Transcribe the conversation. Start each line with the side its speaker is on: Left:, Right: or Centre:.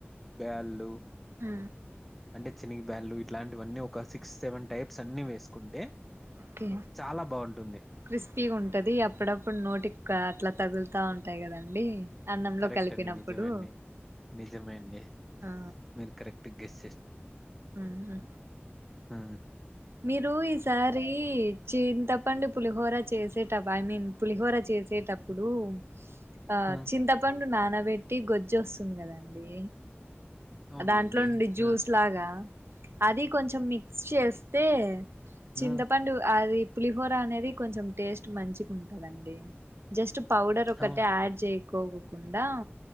Centre: బెళ్ళు
Right: అ
Centre: అంటే చినిగి బ్యాన్లు ఇట్లాంటివన్నీ ఒక సిక్స్ సెవెన్ టైప్స్ అన్ని వేసుకుంటే
Right: ఓకే
Centre: చాలా బావుంటుంది.
Right: క్రిస్పీగా ఉంటది అప్పుడప్పుడు నోటి అట్లా తాగుల్తా ఉంటాయి కదండి అన్నంలో
Centre: కరెక్ట్
Right: కలిపినప్పుడు
Centre: అండి. నిజమే అండి. నిజమే అండి.
Right: ఆ
Centre: మీరు కరెక్ట్‌గా గెస్
Right: ఉహు
Centre: ఆ
Right: మీరు ఈసారి చింత పండు పులిహోర చేసేటబ ఐ మీన్ పులిహోర చేసేటప్పుడు ఆ
Centre: హ్మ్.
Right: చింతపండు నానబెట్టి గొజ్జు వస్తుంది కదండీ
Centre: అవునులెండి.
Right: దాంట్లో నుండి జ్యూస్
Centre: ఆ!
Right: లాగా అది కొంచెం మిక్స్ చేస్తే చింతపండు
Centre: హ్మ్.
Right: అది పులిహోర అనేది కొంచెం టేస్ట్ మంచిగుంటుందండి డి జస్ట్ పౌడర్ ఒకటే
Centre: అవును.
Right: యాడ్ చేయ్ కోకుండా